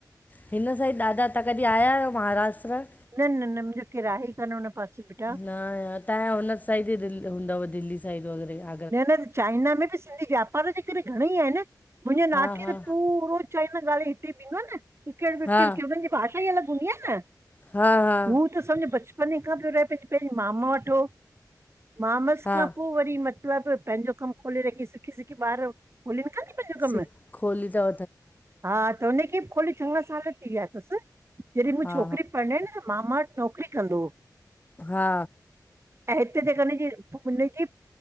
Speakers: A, on the left (about 25°); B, on the right (about 35°).
A: हिन साइड तवां कॾी आया आयो महाराष्ट्र
B: न न न मुंहिंजो केर आहे ई कान हुन पासे बेटा
A: न तां जा हुन साइड ई हूंदा दिल्ली साइड वगैरह
B: न न चाइना में बि सिंधी व्यापार जे करे घणेई आहिन मुंहिंजे नाठी
A: हा हा
B: त पूरो चाइना गालाए, हिते बि ईंदो आ कोप न किकेट
A: हा
B: विकेट खे जे भाषा ई अलॻ हूंदी आ न
A: हा हा
B: हू त समझो बचपन खां रहे उते, पहिनी मामा वट हो मामस
A: हा
B: खां पो वरी मतिलब पंहिंजो कमु खोले रखी सिखी सिखी, ॿार खोलीन कोन थी पंहिंजो कम
A: सिक खोली त
B: हा त हुन खे बि खोली चङा साल थी विया थस जॾहिं मूं
A: हा
B: छोकरी पणनाई न त मामा वट नौकरी कंदो हो
A: हा
B: ऐं हिते जेको ॾिसीस